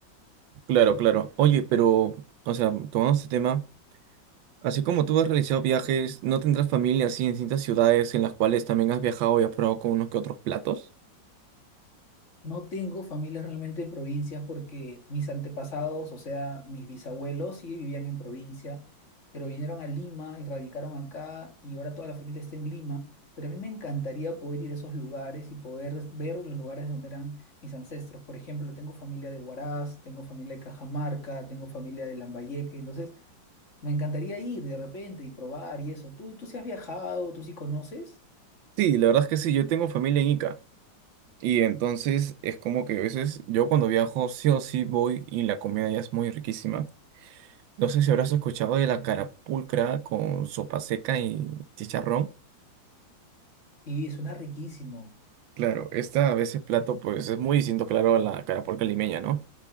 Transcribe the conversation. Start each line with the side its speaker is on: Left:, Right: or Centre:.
Right: Claro, claro. Oye, pero, o sea, tomando este tema, así como tú has realizado viajes, ¿no tendrás familia así en distintas ciudades en las cuales también has viajado y has probado con unos que otros platos?
Left: No tengo familia realmente de provincias porque mis antepasados, o sea, mis bisabuelos sí vivían en provincia, pero vinieron a Lima y radicaron acá y ahora toda la familia está en Lima. Pero a mí me encantaría poder ir a esos lugares y poder ver los lugares donde eran mis ancestros. Por ejemplo, tengo familia de Huaraz, tengo familia de Cajamarca, tengo familia de Lambayeque. Entonces, me encantaría ir de repente y probar y eso. ¿Tú, tú sí has viajado? ¿Tú sí conoces?
Right: Sí, la verdad es que sí, yo tengo familia en Ica. Y entonces es como que a veces yo cuando viajo sí o sí voy y la comida ya es muy riquísima. No sé si habrás escuchado de la carapulcra con sopa seca y chicharrón.
Left: y suena riquísimo.
Right: Claro, esta a veces plato pues es muy distinto, claro, a la carapulcra limeña, ¿no?